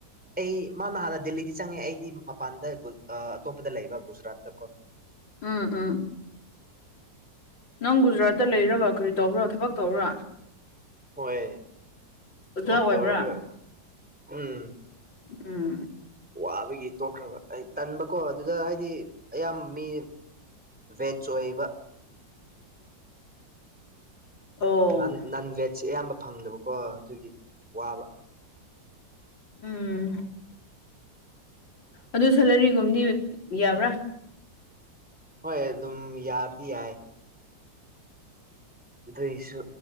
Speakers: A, in the centre; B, on the left.
A: ꯑꯩ ꯃꯥꯅ ꯍꯥꯟꯅ ꯗꯦꯜꯂꯤꯗꯤ ꯆꯪꯉꯦ ꯑꯩꯗꯤ ꯃꯄꯥꯟꯗ ꯑꯇꯣꯞꯄꯗ ꯂꯩꯕ ꯒꯨꯖꯔꯥꯠꯇ ꯀꯣ
B: ꯎꯝ ꯎꯝ ꯅꯪ ꯒꯨꯖꯔꯥꯠꯇ ꯂꯩꯔꯕ ꯀꯔꯤ ꯇꯧꯕ꯭ꯔꯣ ꯊꯕꯛ ꯇꯧꯕ꯭ꯔꯣ
A: ꯍꯣꯏ
B: ꯑꯣꯖꯥ
A: ꯊꯕꯛ
B: ꯑꯣꯏꯕ꯭ꯔꯥ
A: ꯇꯧꯔꯒ ꯎꯝ
B: ꯎꯝ
A: ꯋꯥꯕꯒꯤ ꯇꯣꯛꯈ꯭ꯔꯕ ꯑꯩ ꯇꯟꯕꯀꯣ ꯑꯗꯨꯗ ꯍꯥꯏꯗꯤ ꯑꯌꯥꯝꯕ ꯃꯤ ꯕꯦꯖ ꯑꯣꯏꯕ
B: ꯑꯣ
A: ꯅ ꯅꯟ ꯚꯦꯖꯁ ꯑꯌꯥꯝꯕ ꯐꯪꯗꯕꯀꯣ ꯑꯗꯨꯒꯤ ꯋꯥꯕ
B: ꯎꯝ ꯑꯗꯨ ꯁꯦꯂꯔꯤꯒꯨꯝꯗꯤ ꯌꯥꯕ꯭ꯔꯥ
A: ꯍꯣꯏ ꯑꯗꯨꯝ ꯌꯥꯕꯗꯤ ꯌꯥꯏ ꯑꯗꯨꯏꯁꯨ